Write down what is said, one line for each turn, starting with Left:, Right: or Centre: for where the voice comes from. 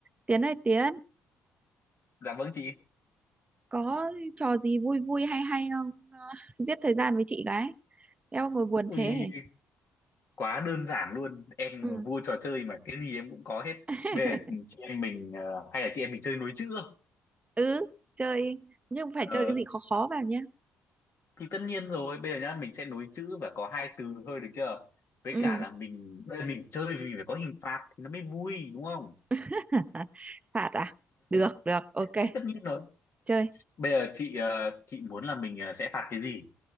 Right: Tiến ơi Tiến
Left: Dạ vâng chị.
Right: có trò gì vui vui hay hay không Ờ, giết thời gian với chị gái eo ngồi buồn
Left: Ui,
Right: thế
Left: quá đơn giản luôn. Em
Right: ừ
Left: là vua trò chơi mà cái gì em cũng có hết.
Right: <laughs>
Left: Bây giờ chị em mình ờ, hay là chị em mình chơi nối chữ không?
Right: ừ chơi nhưng phải
Left: Ờ,
Right: chơi cái gì khó khó vào nhé
Left: thì tất nhiên rồi, bây giờ nhá, mình sẽ nối chữ và có hai từ thôi được chưa? Với
Right: ừ
Left: cả là mình bây giờ mình chơi thì mình phải có hình phạt thì nó mới vui đúng không?
Right: <laughs> phạt à được được ok
Left: Thì tất nhiên rồi.
Right: chơi
Left: Bây giờ chị ờ, chị muốn là mình ờ, sẽ phạt cái gì?